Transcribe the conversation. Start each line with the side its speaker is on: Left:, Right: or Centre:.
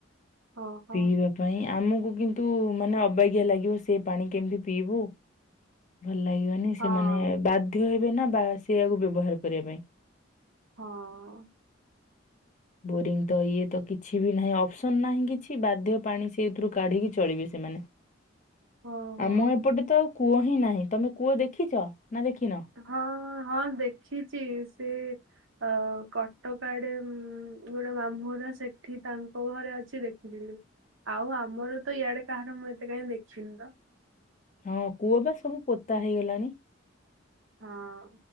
Right: ଓହୋ
Left: ପିଇବା ପାଇଁ ଆମକୁ କିନ୍ ତୁ ମାନେ ଅବାଗିଆ ଲାଗିବ ସେ ପାଣି କେମିତି ପିଇବୁ। ଭଲ ଲାଗିବନି
Right: ହଁ
Left: ସେମାନେ ବାଧ୍ୟ ହେବେ ନା ବା ସେଆକୁ ବ୍ୟବହାର କରିବା ପାଇଁ
Right: ହଁ
Left: ବୋରିଂ ତ ଇଏ ତ କିଛି ବି ନାହିଁ ଅପ୍ସନ୍ ନାହିଁ କିଛି ବାଧ୍ୟ ପାଣି ସେଥିରୁ କାଢିକି ଚଳିବେ। ସେମାନେ
Right: ଓହୋ।
Left: ଆମ ଏପଟେ ତ ଆଉ କୂଅ ହିଁ ନାହିଁ ତମେ କୂଅ ଦେଖିଛ ନା ଦେଖିନ
Right: ହଁ ହଁ ଦେଖିଛି ସେ ଆ କଟକ ଆଡେ ଗୋଟେ ମାମୁଁ ଘର ସେଠି ତାଙ୍କ ଘରେ ଅଛି ଦେଖିଥିଲି। ଆଉ ଆମର ତ ଇଆଡେ କାହାର ମୁଁ ଏତେ କାଇଁ ଦେଖିନି ତ
Left: ହଁ କୂଅ ବା ସବୁ ପୋତା ହେଇଗଲାଣି।
Right: ହଁ